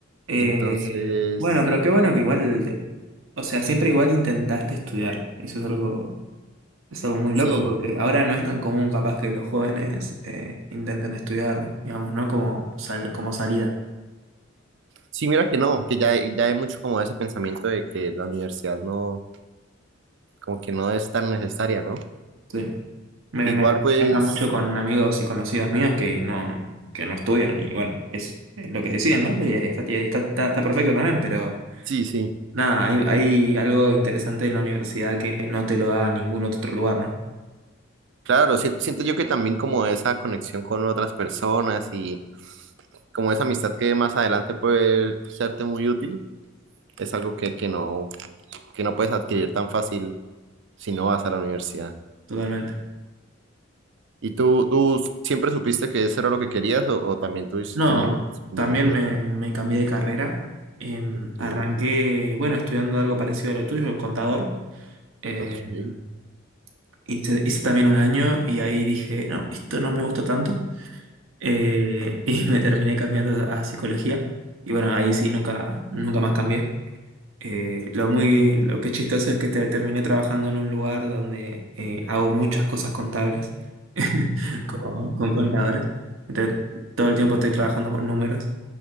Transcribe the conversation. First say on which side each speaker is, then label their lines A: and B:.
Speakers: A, on the right (about 85°); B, on the right (about 65°).
A: Eh,
B: Y entonces,
A: bueno, pero qué bueno que igual, te- o sea, siempre igual intentaste estudiar. Eso es algo, es algo muy
B: sí.
A: loco porque ahora no es tan común capaz que los jóvenes eh, intenten estudiar, digamos, ¿no? Como, sal- como salida.
B: Sí, mira que no, que ya, hay- ya hay mucho como ese pensamiento de que la universidad no, como que no es tan necesaria, ¿no?
A: Sí. Me,
B: Igual
A: me
B: pues,
A: pasa mucho con amigos y conocidos míos que no, que no estudian y bueno, es, es lo que deciden, ¿no? Y ahí está, y ahí está, está, está perfecto también, pero
B: sí, sí,
A: nada, hay, hay algo interesante en la universidad que no te lo da ningún otro lugar, ¿no?
B: claro, si- siento yo que también como esa conexión con otras personas y como esa amistad que más adelante puede serte muy útil, es algo que, que no, que no puedes adquirir tan fácil si no vas a la universidad.
A: Totalmente.
B: ¿Y tú, tú siempre supiste que eso era lo que querías o, o también tuviste
A: No,
B: tus momentos como
A: también
B: de...
A: me, me cambié de carrera. Em,
B: Ok,
A: arranqué, bueno, estudiando algo parecido a lo tuyo, contador. Em,
B: ok.
A: hice, hice también un año y ahí dije, no, esto no me gusta tanto. Eh, <laughs> y me terminé cambiando a psicología. Y bueno, ahí sí nunca, nunca más cambié. Eh, lo muy, lo que es chistoso es que te- terminé trabajando en un lugar donde eh, hago muchas cosas contables <laughs> con, con contadores. Entonces, todo el tiempo estoy trabajando con números.